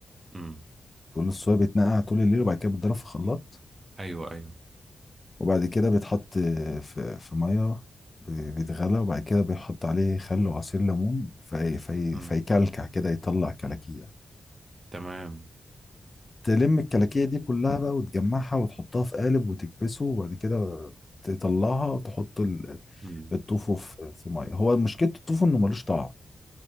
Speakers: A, on the right; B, on the left.
A: مم.
B: فول الصويا بيتنقع طول الليل وبعد كده بيتضرب في خلاط
A: ايوه ايوه
B: وبعد كده بيتحط في في ميه بي- بيتغلى وبعد كده بيحط عليه خل وعصير ليمون في في
A: مم.
B: فيكلكع كده يطلع كلاكيع
A: تمام
B: تلم الكلاكيع دي كلها بقى وتجمعها وتحطها في قالب وتكبسه وبعد كده تطلعها وتحط ال-
A: مم.
B: الطوفو في في ميه هو مشكلة الطوفو انه ملوش طعم